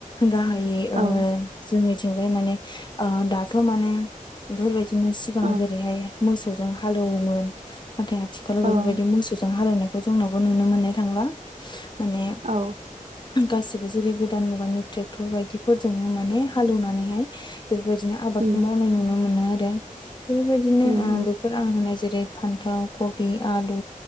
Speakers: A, on the left (about 30°); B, on the right (about 50°).
A: गाहाय ओ
B: औ
A: जोंनिथिंजाय माने दाथ' माने बेफोरबायदिनो सिगां
B: ओ
A: जेरैहाय मोसौजों हालौवोमोन नाथाय आथिखालाव बेफोरबायदि
B: औ
A: मोसौ जों हालवनायखौ जोंनावबो नुनो मोननाय थांला माने
B: औ
A: गासिबो जेरै गोदान मुगानि ट्रेक्टर बायदि फोरजोंनो माने हालेौनानैहाय बेफोरबायदिनो आबादखौ
B: उम
A: मावनाय नुनो मोनो आरो । बेफोरबायदिनो
B: उम
A: ओ
B: उम
A: बेफोर आं होनाय जेरै फान्थाव कबि आलु